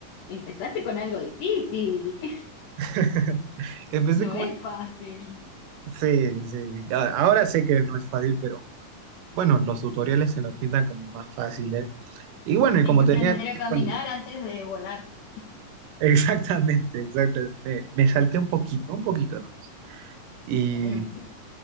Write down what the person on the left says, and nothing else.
empezaste con algo difícil, <laughs>
no
es fácil.
Hay que aprender
a
caminar
antes de volar,
claro.